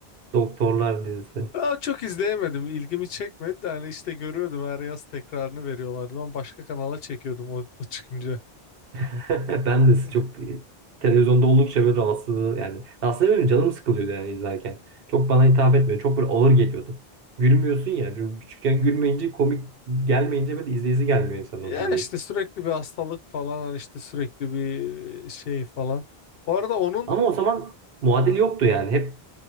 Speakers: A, on the right (about 65°); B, on the left (about 70°).
A: Doktorlar dizisi.
B: Aa, çok izleyemedim. ilgimi çekmedi de hani işte görüyordum her yaz tekrarını veriyorlardı. Ben başka kanala çekiyordum o, o çıkınca.
A: <laughs> Ben de
B: <laughs>
A: çok televizyonda oldukça böyle rahatsız yani rahatsız etmiyorum canım sıkılıyordu yani izlerken. Çok bana hitap etmiyor. Çok böyle ağır geliyordu. Gülmüyorsun ya. çünkü Küçükken gülmeyince komik gelmeyince böyle izleyisi gelmiyor insan
B: Ya
A: o diziyi.
B: işte sürekli bir hastalık falan hani işte sürekli bir şey falan. Bu arada onun
A: Ama o zaman muadil yoktu yani. Hep